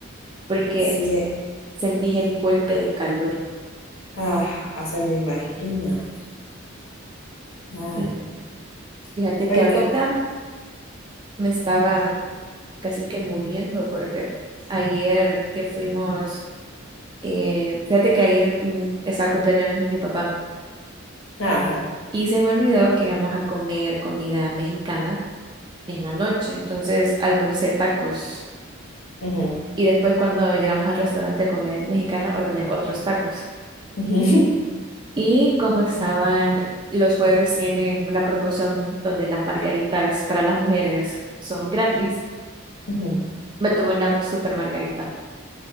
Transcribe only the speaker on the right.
porque
s-
sentí el golpe de calor.
Sí.
Fíjate
que ahorita
me estaba casi que muriendo porque ayer que fuimos, eh, fíjate que ayer mm, estaba cumpliendo años mi mi papá.
Y se me olvidó que íbamos a comer comida mexicana en la noche. Entonces almorcé tacos.
Y después cuando llegamos al restaurante de comida mexicana, ordené otros tacos.
Y comenzaban, los jueves tienen una promoción donde las margaritas para las mujeres son gratis.
Me tomé una super margarita.